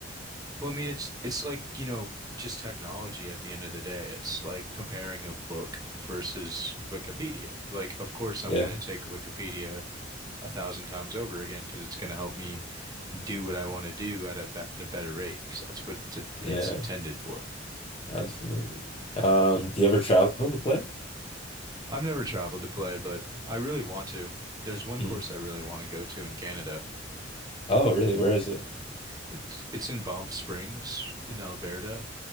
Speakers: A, on the right; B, on the left.
A: Well, I mean, it's it's like, you know, just technology at the end of the day. It's like comparing a book versus Wikipedia. Like, of course,
B: <laughs>
A: I'm
B: Yeah.
A: going to take Wikipedia a thousand times over again because it's going to help me do what I want to do at a, be a better rate because that's what it's,
B: Yeah.
A: it's intended for.
B: Absolutely. Um, do you ever travel to play?
A: I've never traveled to play, but I really want to. There's one
B: Mm.
A: course I really want to go to in Canada.
B: Oh, really? Where is it?
A: It's it's in Banff Springs in Alberta.